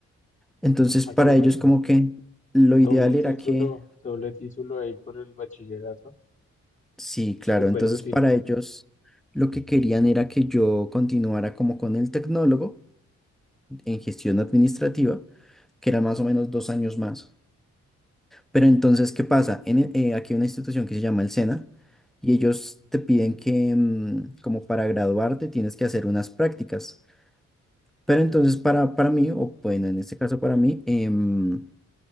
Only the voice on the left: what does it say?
Ah,
qué bueno.
Doble
título,
doble título ahí por el bachillerato.
Súper
útil.